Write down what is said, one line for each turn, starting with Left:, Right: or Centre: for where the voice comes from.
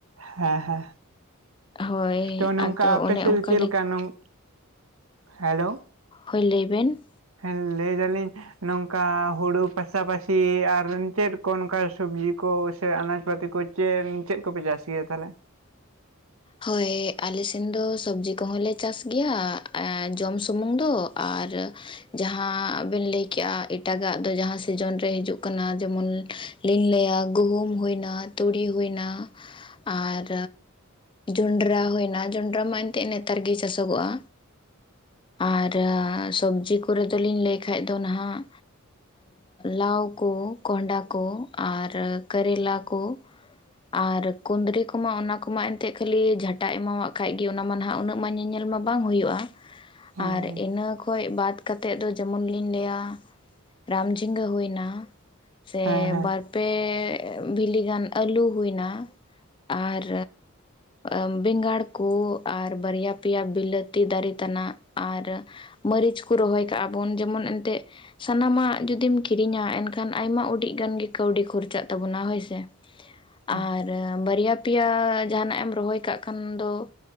Right: ᱦᱮᱸ ᱦᱮᱸ ᱦᱟ
Left: ᱦᱳᱭ
Right: ᱛᱚ ᱱᱚᱝᱠᱟ
Left: ᱟᱫᱚ
Right: ᱟᱯᱮ
Left: ᱚᱱᱮ
Right: ᱥᱮᱫ
Left: ᱚᱱᱠᱟ
Right: ᱫᱚ ᱪᱮᱫ ᱞᱮᱠᱟ ᱱᱚᱝ ᱦᱮᱞᱳ
Left: ᱦᱳᱭ ᱞᱟᱹᱭ ᱵᱤᱱ᱾
Right: ᱦᱮᱸ ᱞᱟᱹᱭ ᱫᱟᱞᱤᱧ ᱱᱚᱝᱠᱟ ᱦᱳᱲᱳ ᱯᱟᱥᱟ-ᱯᱟᱥᱤ ᱟᱨ ᱪᱮᱫ ᱠᱚ ᱱᱚᱝᱠᱟ ᱥᱚᱵᱽᱡᱤ ᱠᱚ ᱥᱮ ᱟᱱᱟᱡᱽ ᱯᱟᱹᱛᱤ ᱠᱚ ᱪᱮ ᱪᱮᱫ ᱠᱚᱯᱮ, ᱪᱟᱥ ᱜᱮᱭᱟ ᱛᱟᱦᱚᱞᱮ?
Left: ᱦᱳᱭ ᱟᱞᱮ ᱥᱮᱱ ᱫᱚ ᱥᱚᱵᱽᱡᱤ ᱠᱚᱦᱚᱸ ᱞᱮ ᱪᱟᱥ ᱜᱮᱭᱟ ᱡᱚᱢ ᱥᱩᱢᱩᱝ ᱫᱚ ᱟᱨ ᱡᱟᱦᱟᱸ ᱵᱮᱱ ᱞᱟᱹᱭ ᱠᱮᱜᱼᱟ, ᱮᱴᱟᱜᱟᱜ ᱫᱚ ᱡᱟᱦᱟᱸ ᱥᱤᱡᱮᱱ ᱨᱮ ᱦᱤᱡᱩᱜ ᱠᱟᱱᱟ, ᱡᱮᱢᱚᱱ ᱞᱤᱝ ᱞᱟᱹᱭᱟ ᱜᱩᱦᱩᱢ ᱦᱩᱭᱱᱟ ᱛᱩᱲᱤ ᱦᱩᱭᱮᱱᱟ ᱟᱨ ᱡᱚᱸᱰᱨᱟ ᱦᱳᱭᱮᱱᱟ, ᱡᱚᱸᱰᱨᱟ ᱢᱟ ᱮᱱᱛᱮᱜ ᱱᱮᱛᱟᱨ ᱜᱮ ᱪᱟᱥᱚᱜᱚᱜᱼᱟ᱾ ᱟᱨ ᱥᱚᱵᱽᱡᱤ ᱠᱚᱨᱮ ᱫᱚᱞᱤᱧ ᱞᱟᱹᱭ ᱠᱷᱟᱱ ᱫᱚ ᱱᱟᱦᱟᱜ ᱞᱟᱣ ᱠᱚ, ᱠᱚᱦᱰᱟ ᱠᱚ, ᱟᱨ ᱠᱟᱨᱮᱞᱟ ᱠᱚ᱾
Right: ᱻ
Left: ᱟᱨ ᱠᱩᱫᱽᱨᱤ ᱠᱚᱢᱟ ᱚᱱᱟ ᱠᱚᱢᱟ ᱮᱱᱛᱮᱫ ᱠᱷᱟᱹᱞᱤ ᱡᱷᱟᱴᱟ ᱮᱢᱟᱣᱟᱜ ᱠᱷᱟᱱ ᱜᱮ ᱚᱱᱟ ᱢᱟ ᱱᱟᱦᱟᱜ ᱩᱱᱟᱹᱜ ᱢᱟ ᱧᱮ-ᱧᱮᱞ ᱢᱟ ᱵᱟᱝ ᱦᱩᱭᱩᱜᱼᱟ᱾
Right: ᱦᱮᱸ
Left: ᱟᱨ
Right: ᱦᱮᱸ
Left: ᱤᱱᱟᱹ ᱠᱷᱚᱡ ᱵᱟᱫ ᱠᱟᱛᱮ ᱫᱚ ᱡᱮᱢᱚᱱ ᱞᱤᱧ ᱞᱟᱹᱭᱟ ᱨᱟᱢ ᱡᱷᱤᱸᱜᱟᱹ ᱦᱩᱭᱱᱟ ᱥᱮ
Right: ᱦᱮᱸ ᱦᱮᱸ
Left: ᱵᱟ ᱯᱮ ᱵᱷᱤᱞᱤ ᱜᱟᱱ ᱟᱹᱞᱩ ᱦᱩᱭᱱᱟ ᱟᱨ ᱟ ᱵᱮᱸᱜᱟᱲ ᱠᱚ ᱟᱨ ᱵᱟᱨᱭᱟ ᱯᱮᱭᱟ ᱵᱤᱞᱟᱹᱛᱤ ᱫᱟᱨᱮ ᱛᱮᱱᱟᱜ ᱟᱨ ᱢᱟᱹᱨᱤᱪ ᱠᱚ ᱨᱚᱦᱚᱭ ᱠᱟᱜᱼᱟ ᱵᱚᱱ ᱡᱮᱢᱚᱱ ᱮᱱᱛᱮᱜ ᱥᱟᱱᱟᱢᱟᱜ ᱡᱚᱫᱤᱢ ᱠᱤᱨᱤᱧᱟ ᱮᱱᱠᱷᱟᱱ ᱟᱭᱢᱟ ᱩᱰᱤᱜ ᱜᱟᱱ ᱜᱮ ᱠᱟᱹᱣᱰᱤ ᱠᱷᱚᱨᱪᱟᱜ ᱛᱟᱵᱚᱱᱟ ᱦᱳᱭ ᱥᱮ᱾
Right: ᱦᱮᱸ
Left: ᱟᱨ ᱵᱟᱨᱭᱟ, ᱯᱮᱭᱟ ᱡᱟᱦᱟᱱᱟᱜ ᱮᱢ ᱨᱚᱦᱚᱭ ᱠᱟᱜ ᱠᱷᱟᱱ ᱫᱚ